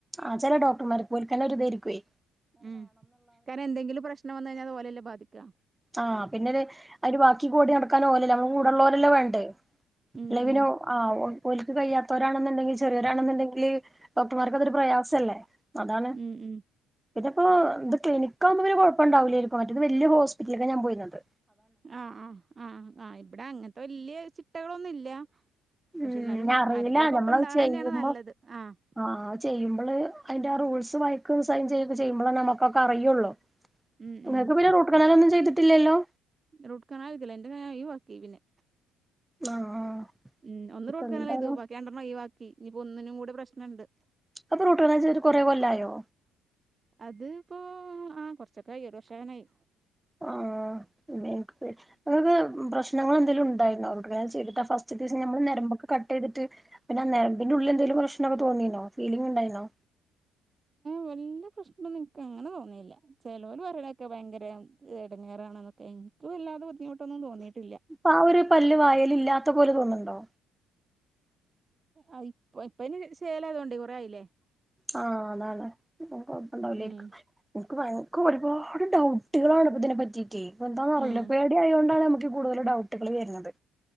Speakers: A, in the centre; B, on the right.
A: ആഹ് ചെല ഡോക്ടർമാർക്ക് ഓൽക്കന്നെ ഒരുതേര്ക്കോയ്
B: ഉം കാരണം എന്തെങ്കിലും പ്രശ്നം വന്ന് കഴിഞ്ഞാ അത് ഓലെല്ലേ ബാധിക്കാ
A: ആഹ് പിന്നെ ഒരു ബാക്കി കൂടി നടക്കാൻ ഓലല്ലേ നമ്മളെ കൂടെള്ളോലല്ലേ വേണ്ടേ
B: ഉം
A: അല്ലേപിന്നെ
B: ഉം
A: ഓ ആഹ് ഒൽക്ക് കഴിയാത്ത ഒരാണെന്നുണ്ടെങ്കിൽ ചെറിയൊരാണെന്നുണ്ടെങ്കില് ഡോക്ടർമാർക്ക് അതൊരു പ്രയാസല്ലേ അതാണ്
B: ഉം ഉം
A: പിന്നെപ്പൊ ഇത് ക്ലിനിക്കകുമ്പോ പിന്നെ കുഴപ്പണ്ടാവില്ലേരിക്ക മറ്റേത് വല്ല്യ ഹോസ്പിറ്റൽക്കാ ഞാൻ പോയ്ന്നത്
B: ആഹ് ആഹ് ആഹ് ആഹ് ഇവിടെ അങ്ങനത്തെ വല്യ ചിട്ടകളൊന്നുല്ല്യ പക്ഷേ
A: ഉം
B: ന്നാലും
A: അറിയില്ല
B: ആരെങ്കിലും ഒക്കെ
A: നമ്മളത്
B: ഒപ്പം ഉണ്ടാവണ
A: ചെയ്യുമ്പോ
B: തന്നെയാണ് നല്ലത് ആഹ്
A: ആഹ് ചെയ്യുമ്പള് അതിന്റെ ആഹ് റൂൾസ് വയ്ക്ക് സൈൻ ചെയ്യുമ്പോളേ നമ്മുക്കൊക്കെ അറിയുള്ളോ
B: ഉം
A: ങ്ങക്ക്
B: ഉം
A: പിന്നെ റൂട്ട് കനാലൊന്നും ചെയ്തിട്ടില്ലല്ലോ
B: റൂട്ട്കനാൽ ഇതില്ല എന്റെ കനാ ഒഴിവാക്കി പിന്നെ
A: ആഹ് ആഹ്
B: ഉം ഒന്ന്
A: ഇപ്പ
B: റൂട്ട്കനാലെയ്തു
A: എന്തായാലും
B: ബാക്കി രണ്ടണ്ണം ഒഴിവാക്കി ഇനിപ്പോ ഒന്നിനും കൂടെ പ്രശ്നണ്ട്
A: അത്പ്പൊ റൂട്ട്കനാല് ചെയ്തിട്ട് കൊറേ കൊല്ലായോ
B: അത് ഇപ്പോ ആഹ് കൊർചൊക്കായി ഒരു വർഷാവാനായി
A: ആഹ് <unintelligible> ങ്ങക്ക് പ്രശ്നങ്ങൾ എന്തെലുണ്ടായിരുന്നൊ അവർക്ക്ങ്ങ ചെയ്തിട്ടാ ഫസ്റ്റ്തെ ദിസം നമ്മൾ നരമ്പൊക്ക കട്ട് ചെയ്തിട്ട് പിന്നെ ആ നരമ്പിന്റെ ഉള്ളിലെന്തേലും പ്രശ്നൊക്കെ തോന്നീനോ ഫീലിംഗ്ണ്ടായിനോ
B: വല്ല പ്രശ്നൊന്നും ഇൻക്കങ്ങനെ തോന്നിയില്ല ചെലോല് പറയ്ണേക്കാ ഭയങ്കര എടങ്ങേറാണ്ന്നൊക്കെ എനിക്കും വല്ലാതെ ബുദ്ധിമുട്ടൊന്നും തോന്നിയിട്ടില്ല
A: പ്പൊ ആ ഒരു പല്ല് വായേല് ഇല്ലാത്ത പോലെ തോന്ന്ണ്ടോ
B: ആഹ് ഇപ്പ ഇപ്പ അയ്ന് സേലായതോണ്ട് കൊറേആയില്ലേ
A: ആഹ് അതാണ്പ്പകൊയ്പ്പണ്ടാവൂലയ്ക്കാരം
B: ഉം
A: ഇൻക്ക് ഭയങ്കര ഒരുപാട് ഡൗട്ടുകളാണ് ഇപ്പ ഇതിനെ പറ്റിറ്റെയ് ഇപ്പ എന്താന്ന് അറിയില്ലപ്പ
B: ഉം
A: ടി ആയൊണ്ടാണ് നമുക്ക് കൂടുതല് ഡൗട്ടുകള് വര്ന്നത്